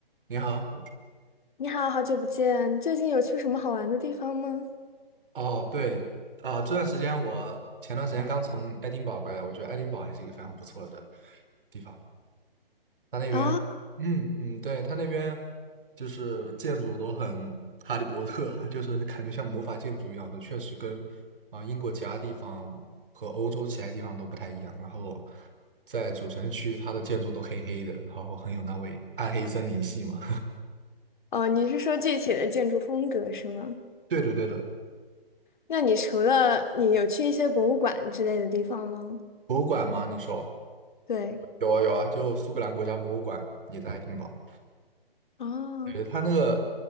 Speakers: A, on the right; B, on the left.
A: 你好，
B: 你好，好久不见，最近有去什么好玩的地方吗？
A: 哦，对，啊、这段时间我前段时间刚从爱丁堡回来，我觉得爱丁堡还是一个非常不错的地方。它那边，
B: 啊，
A: 嗯嗯，对，它那边就是建筑都很哈利波特，<laughs> 就是感觉像魔法建筑一样的，确实跟啊、英国其他地方和欧洲其他地方都不太一样。然后在主城区，它的建筑都黑黑的，然后很有那味暗黑森林系嘛。
B: 哦，你是说具体的建筑风格是吗？
A: <laughs> 对的对的，
B: 那你除了你有去一些博物馆之类的地方吗？
A: 博物馆吗？你说
B: 对，
A: 有啊有啊，就苏格兰国家博物馆也在爱丁堡。
B: 哦，
A: 对，它那个，